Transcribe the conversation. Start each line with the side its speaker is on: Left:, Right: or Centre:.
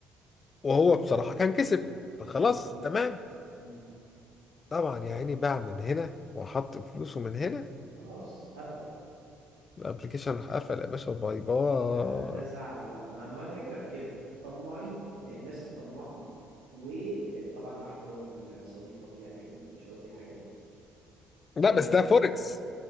Left: وهو بصراحه كان كسب فخلاص
Right: مم.
Left: تمام
Right: مم.
Left: طبعا يا عيني باع من هنا وحط فلوسه من هنا
Right: خلاص قفل
Left: الابلكيشن راح قفل يا باشا وباي باي
Right: ما ده زعل بقى ما ما هو الفكرة في كده طماعين الناس الطماعة وطبعا مع احترامي لصديقك يعني اكيد مش قصدي حاجة
Left: لا
Right: اه
Left: بس ده فوركس